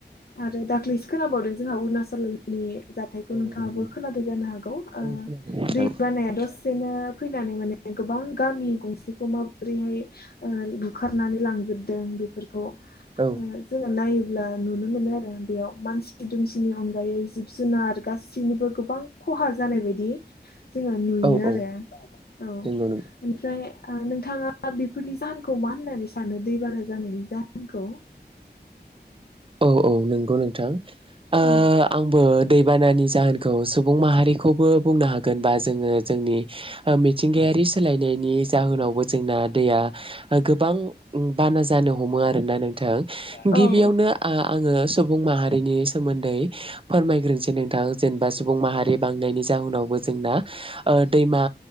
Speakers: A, on the left; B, on the right.
A: आरो दाख्लैसो खोनाबावदों जोंहा अरुणाचलनि जाथायखौ
B: औ
A: नोंथाङाबो
B: नंगौ नंगौ
A: खोनादों जानो हागौ ओ
B: औ खोनादों नोंथां
A: दै बानाया दसे नो फैनानै माने गोबां गामि गंसेखौ माब्रैहा ओ बुखारनानै लांजोब दों बेफोरखौ उ
B: औ
A: जों नाय योब्ला नुनो मोनो आरो बेयाव मानसि दुमसिनि अनगायै जिब जुनार गासैनिबो गोबां खहा जानाय बायदि जोङो नुयो
B: औ
A: आरो
B: औ
A: औ ओमफ्राय
B: नंगौ नंगौ
A: नोंथाङा बेफोरनि जाहोनखौ मा होननानै सानो दैबाना जानायनि जाहोनखौ
B: औ औ नंगौ नोंथां ओ
A: औ
B: आंबो दैबानानि जाहोनखौ सुबुं माहारिखौबो बुंनो हागोनबा जोङो जोंनि ओ मिथिंगायारि सोलायनायनि जाहोनावबो जोंना दैया गोबां बाना जानो हमो आर ना नोंथां
A: आङो
B: गिबियावनो आ ङो सुबुं माहारिनि सोमोन्दै फोरमायग्रोनोसै नोंथां जेनेबा सुबुं माहारि बांनायनि जाहोन नंगौ जोंना ओ दैमा